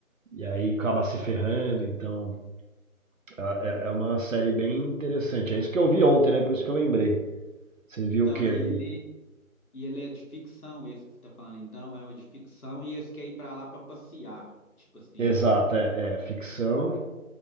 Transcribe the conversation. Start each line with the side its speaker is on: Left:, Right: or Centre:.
Right: e aí acaba se ferrando. Então a- é,
Left: Uhum.
Right: é uma série bem interessante. É isso que eu vi ontem, né? Por isso que eu lembrei. Você viu
Left: Então,
Right: o que
Left: e
Right: aí?
Left: ele, e ele é de ficção, esse que você tá falando, então, é um de ficção, e esse quer ir pra lá pra passear. Tipo assim.
Right: Exato, é, é ficção,